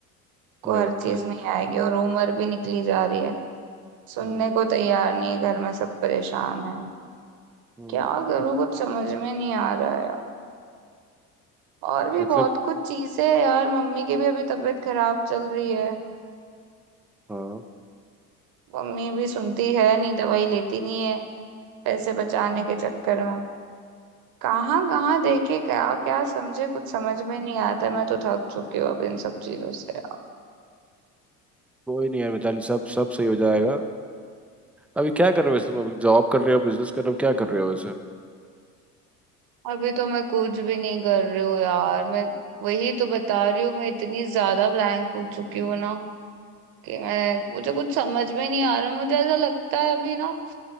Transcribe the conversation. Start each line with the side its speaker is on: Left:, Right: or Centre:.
Right: को
Centre: Right
Right: हर चीज
Centre: right
Right: नहीं आएगी और उम्र भी निकली जा रही है सुनने
Centre: हम्म
Right: को तैयार नहीं है घर में सब परेशान है
Centre: हम्म
Right: क्या करूँ कुछ समझ में नहीं आ रहा है और भी
Centre: मतलब
Right: बहुत कुछ चीजें है यार मम्मी की भी अभी तबीयत खराब चल रही है
Centre: हाँ
Right: मम्मी भी सुनती है नहीं दवाई लेती नहीं है पैसे बचाने के चक्कर में कहाँ कहाँ देखे क्या क्या समझे कुछ समझ में नहीं आता मैं तो थक चुकी हूँ अब इन सब चीजों से
Centre: कोई नहीं यार मिताली सब सब सही हो जाएगा अभी क्या कर रहे हो वैसे तुम अभी जॉब कर रहे हो बिजनेस कर रहे हो क्या कर रहे हो वैसे
Right: अभी तो मैं कुछ भी नहीं कर रही हूँ यार मैं वही तो बता रही हूँ मैं इतनी ज्यादा ब्लैंक हो चुकी हूँ ना कि मैं मुझे कुछ समझ में नहीं आ रहा मुझे ऐसा लगता है अभी ना